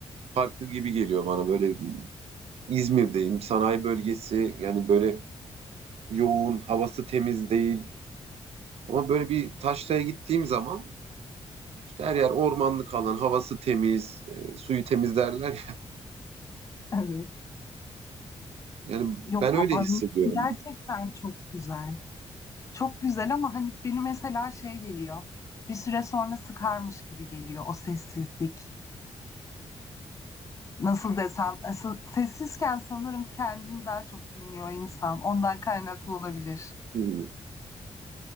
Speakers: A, on the right (about 75°); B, on the left (about 30°).
A: farklı gibi geliyor bana. Böyle İzmir'deyim, sanayi bölgesi yani böyle yoğun, havası temiz değil. Ama böyle bir taşraya gittiğim zaman İşte her yer ormanlık alan, havası temiz, e, suyu temiz derler.
B: Evet.
A: Yani
B: Yok
A: ben öyle
B: ama
A: hissediyorum.
B: gerçekten çok güzel. Çok güzel ama hani beni mesela şey geliyor. Bir süre sonra sıkarmış gibi geliyor o sessizlik. Nasıl desem asıl- sessizken sanırım kendini daha çok dinliyor insan. Ondan kaynaklı olabilir.
A: Hmm.